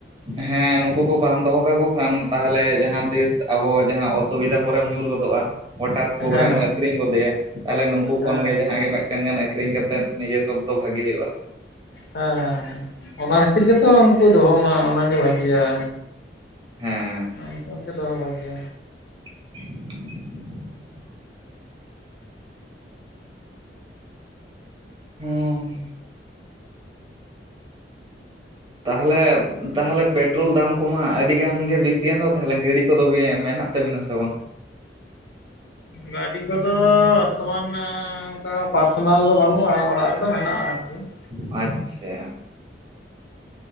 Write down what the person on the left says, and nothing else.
ᱦᱮᱸ ᱦᱮᱸ
ᱦᱮᱸ
ᱦᱮᱸ ᱦᱮᱸ ᱚᱱᱟ ᱠᱷᱟᱹᱛᱤᱨ ᱜᱮᱛᱚ ᱩᱱᱠᱩ ᱫᱚᱦᱚ ᱢᱟ ᱚᱱᱟᱜᱮ ᱵᱷᱟᱜᱤᱭᱟ᱾
ᱩᱱᱠᱩ ᱜᱮ ᱫᱚᱦᱚ ᱵᱷᱟᱜᱮᱭᱟ᱾
ᱜᱟᱹᱰᱤ ᱠᱚᱫᱚ ᱛᱚᱢᱟᱱᱻ ᱚᱱᱠᱟ ᱯᱟᱨᱥᱚᱱᱟᱞ ᱫᱚ ᱵᱟᱹᱱᱩᱜᱼᱟ, ᱚᱲᱟᱜ ᱨᱮᱫᱚ ᱢᱮᱱᱟᱜᱼᱟ ᱟᱨᱠᱤ ᱾